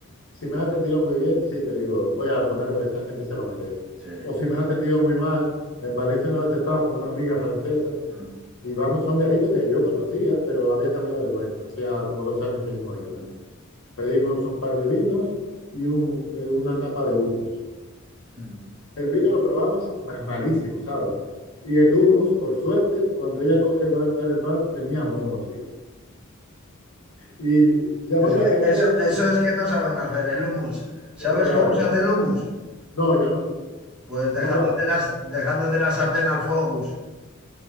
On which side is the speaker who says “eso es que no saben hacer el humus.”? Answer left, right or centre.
Centre